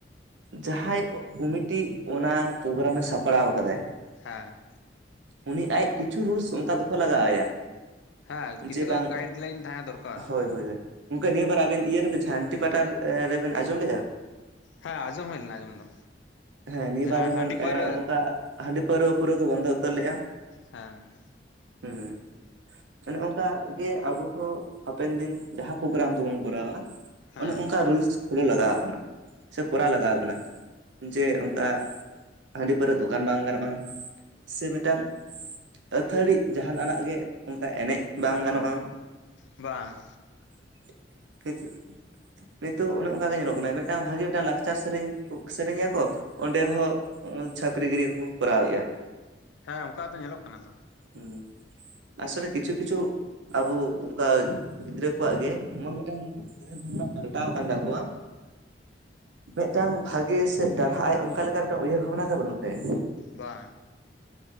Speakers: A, on the right (about 80°); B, on the left (about 85°).
A: ᱡᱟᱦᱟᱸᱭ ᱠᱩᱢᱤᱴᱤ ᱚᱱᱟ ᱯᱨᱳᱜᱨᱟᱢ ᱮ ᱥᱟᱯᱲᱟᱣ ᱠᱟᱫᱟᱭ
B: ᱦᱮᱸᱻ
A: ᱩᱱᱤ ᱟᱡᱽ ᱠᱤᱪᱷᱩ ᱨᱩᱞᱥ ᱚᱝᱠᱟ ᱫᱚᱦᱚ ᱞᱟᱜᱟᱣ ᱟᱭᱟ᱾
B: ᱦᱮᱸ ᱠᱤᱪᱩ
A: ᱡᱮ
B: ᱛᱚ
A: ᱵᱟᱝ
B: ᱜᱟᱭᱤᱰ ᱞᱟᱭᱤᱱ ᱛᱟᱦᱮᱸ ᱫᱚᱨᱠᱟᱨ᱾
A: ᱦᱳᱭ ᱦᱳᱭ ᱜᱚᱝᱠᱮ ᱱᱤᱭᱟᱹᱵᱟᱨ ᱟᱵᱤᱱ ᱤᱭᱟᱹ ᱨᱮᱵᱤᱱ ᱡᱷᱟᱱᱴᱤ ᱯᱟᱴᱟ ᱨᱮᱵᱮᱱ ᱟᱸᱡᱚᱢ ᱞᱮᱜᱼᱟ?
B: ᱦᱮᱸ ᱟᱡᱚᱢ ᱦᱩᱭ ᱞᱮᱱᱟ ᱟᱸᱡᱚᱢ ᱫᱚ᱾
A: ᱦᱮᱸ ᱱᱤᱭᱟᱹ
B: ᱡᱟᱦᱟᱸ
A: ᱵᱟᱨ ᱡᱮᱢᱚᱱ
B: ᱦᱟᱺᱰᱤ ᱯᱟᱹᱣᱨᱟᱹ
A: ᱮᱸᱜ ᱱᱚᱝᱠᱟ ᱦᱟᱺᱰᱤ ᱯᱟᱹᱣᱨᱟᱹ ᱯᱩᱨᱟᱹ ᱠᱚ ᱵᱚᱱᱫᱚ ᱩᱛᱟᱹᱨ ᱞᱮᱜᱼᱟ᱾
B: ᱦᱮᱸᱻ
A: ᱦᱚᱸ ᱛᱟᱱᱮ ᱚᱱᱠᱟ ᱜᱮ ᱟᱵᱚ ᱦᱚᱸ ᱦᱟᱯᱮᱱ ᱫᱤᱱ ᱡᱟᱦᱟᱸ ᱯᱨᱳᱜᱨᱟᱢ ᱠᱚᱵᱚᱱ ᱠᱚᱨᱟᱣᱟ,
B: ᱦᱮᱸ
A: ᱚᱱᱮ ᱚᱝᱠᱟ ᱨᱩᱞᱥ ᱠᱷᱩᱞᱟᱹᱣ ᱞᱟᱜᱟᱣ ᱠᱚᱱᱟ ᱥᱮ ᱠᱚᱨᱟ ᱞᱟᱜᱟᱣ ᱠᱚᱱᱟ ᱡᱮ ᱚᱝᱠᱟ ᱦᱟᱺᱰᱤ ᱯᱟᱹᱨᱟᱹ ᱫᱚᱠᱟᱱ ᱵᱟᱝ ᱜᱟᱱᱚᱜᱼᱟ ᱥᱮ ᱢᱤᱫᱴᱟᱝ ᱟᱹᱛᱷᱟᱹᱲᱤ ᱡᱟᱦᱱᱟᱜ ᱟᱱᱟᱜ ᱜᱮ ᱚᱝᱠᱟ ᱮᱱᱮᱡ ᱵᱟᱝ ᱜᱟᱱᱚᱜᱼᱟ᱾
B: ᱵᱟᱝ
A: <unintelligible> ᱱᱤᱛᱩᱜ ᱚᱱᱮ ᱚᱱᱠᱟ ᱜᱮ ᱧᱮᱞᱚᱜ ᱠᱟᱱᱟ ᱢᱤᱫᱴᱟᱝ ᱵᱷᱟᱜᱤ ᱢᱤᱫᱴᱟᱝ ᱞᱟᱠᱪᱟᱨ ᱥᱮᱨᱮᱧ ᱥᱮᱨᱮᱧ ᱟᱠᱚ᱾ ᱚᱸᱰᱮ ᱨᱮᱦᱚᱸ ᱪᱷᱟᱹᱯᱨᱤ ᱜᱤᱨᱤ ᱠᱚᱠᱚ ᱠᱚᱨᱟᱣᱮᱫᱼᱟ᱾
B: ᱦᱮᱸ ᱚᱝᱠᱟ ᱜᱮ ᱛᱚ ᱧᱮᱞᱚᱜ ᱠᱟᱱᱟ ᱛᱚ᱾
A: ᱦᱩᱸ ᱟᱥᱚᱞᱮ ᱠᱤᱪᱩ ᱠᱤᱪᱩ ᱟᱵᱚ ᱩᱝ ᱠᱟ ᱜᱤᱫᱽᱨᱟᱹ ᱠᱚᱣᱟᱜ ᱜᱮ ᱮᱢᱚᱱ ᱢᱤᱫᱴᱟᱱ ᱩᱭᱦᱟᱹᱨ ᱵᱷᱟᱵᱱᱟ ᱯᱟᱞᱴᱟᱣ ᱠᱟᱱ ᱛᱟᱠᱚᱣᱟ ᱢᱤᱫᱴᱟᱝ ᱵᱷᱟᱜᱤ ᱥᱮᱜ ᱫᱟᱨᱦᱟᱭ ᱟᱭ ᱚᱝᱠᱟ ᱞᱮᱠᱟ ᱢᱤᱫᱴᱟᱝ ᱩᱭᱦᱟᱹᱨ ᱵᱷᱟᱵᱱᱟ ᱜᱮ ᱵᱟᱹᱱᱩᱜ ᱛᱟᱭᱟ᱾
B: ᱵᱟᱝ